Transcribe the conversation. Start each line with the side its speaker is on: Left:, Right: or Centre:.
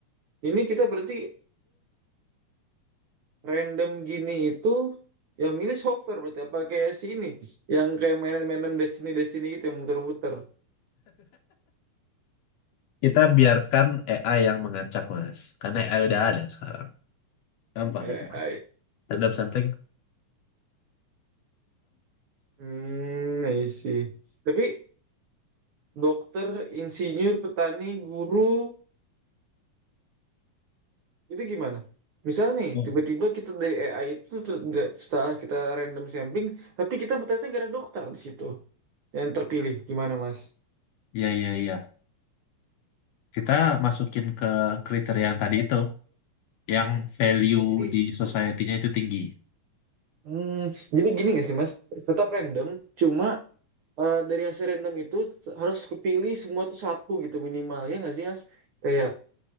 Right: ini kita berarti random gini itu ya milih software berarti apa kayak si ini yang kayak mainan-mainan Destiny Destiny gitu yang muter-muter
Left: Kita biarkan AI yang mengacak mas. Karena AI udah ada sekarang. Gampang
Right: eh
Left: ya. Mas.
Right: I-
Left: Dan sampling.
Right: hmm I see. tapi dokter insinyur petani guru itu gimana misal nih
Left: Oh,
Right: tiba-tiba kita dari AI itu tuh da- setelah kita random sampling tapi kita ternyata nggak ada dokter di situ yang terpilih gimana mas
Left: Iya iya iya. Kita masukin ke kriteria yang tadi itu. Yang value
Right: Oh, jadi
Left: di society-nya itu tinggi.
Right: Hmm, jadi gini gak sih Mas? Tetap random, cuma eh, dari hasil random itu harus kepilih semua tuh satu gitu minimal ya nggak sih Mas? Kayak